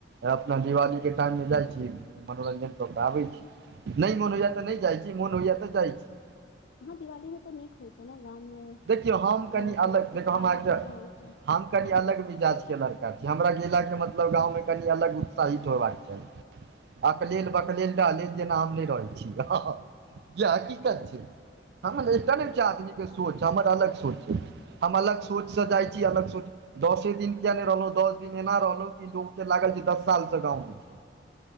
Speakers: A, on the right; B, on the left.
A: अपना दिवाली के टाइम मे जाइत छी मनोरञ्जन कऽ के आबै छी नहि मोन होइया तऽ नहि जाइ छी मोन होइया तऽ जाइत छी
B: हँ दिवाली मे तऽ नीक होइ छै ने गाम में
A: देखियौ हम कनि
B: ओ सब
A: अलग देखियौ हम
B: काली
A: अहाँके
B: पूजा होइ छै
A: हम कनि अलग मिजाज के लड़का छै हमरा गेला के मतलब गाँव मे कनि अलग उत्साहित होयबाक चाही अकलेल बकलेल डहलेल जेना हम नहि रहै छी हहह जे हकीकत छै हम एक टा आदमी के सोच हमर अलग सोच छै हम अलग सोच सँ जाइ छी अलग सोच दसे दिन किया नहि रहलौ दस दिन एना रहलहु कि लोक के लागल छै दस साल से गाँव में छी